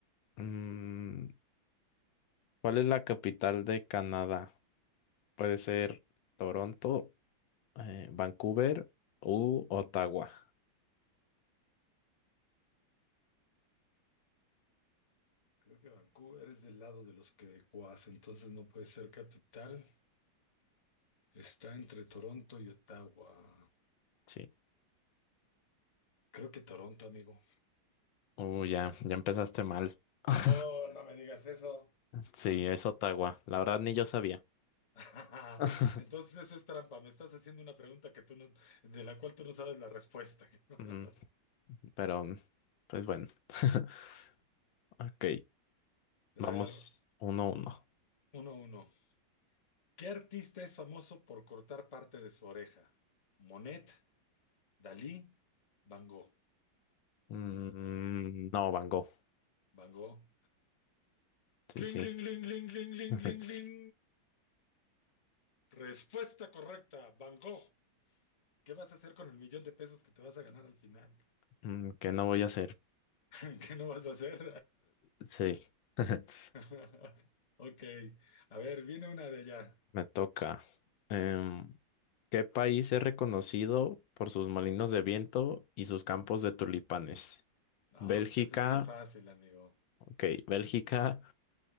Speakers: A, on the left (about 75°); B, on the left (about 35°).
A: Mm, ¿cuál es la capital de Canadá? Puede ser Toronto, eh, Vancouver u Ottawa.
B: Creo que Vancouver es del lado de los quebecuas, entonces no puede ser capital. Está entre Toronto y Ottawa.
A: Sí.
B: Creo que Toronto, amigo.
A: Uh, ya, ya empezaste mal. <laughs>
B: Oh, no me digas eso.
A: Sí, es Ottawa. La verdad ni yo sabía.
B: <laughs>
A: <laughs>
B: Entonces eso es trampa. Me estás haciendo una pregunta que tú no, de la cual tú no sabes la respuesta. <laughs>
A: Mm, Pero, pues bueno. <laughs> Ok, vamos
B: A ver,
A: uno a uno.
B: uno a uno. ¿Qué artista es famoso por cortar parte de su oreja? Monet, Dalí, Van Gogh.
A: Mm, no, Van Gogh.
B: Van Gogh.
A: Sí,
B: Ling
A: sí.
B: ling ling ling ling ling
A: <laughs>
B: ling ling Respuesta correcta, Van Gogh. ¿Qué vas a hacer con el millón de pesos que te vas a ganar al final?
A: Mm, ¿Qué no voy a hacer?
B: <laughs> ¿Qué no vas a hacer?
A: Sí. <laughs>
B: <laughs> Ok, a ver, viene una de allá.
A: Me toca. Em, ¿qué país es reconocido por sus molinos de viento y sus campos de tulipanes?
B: No,
A: Bélgica,
B: pues esa es muy fácil, amigo.
A: ok, Bélgica,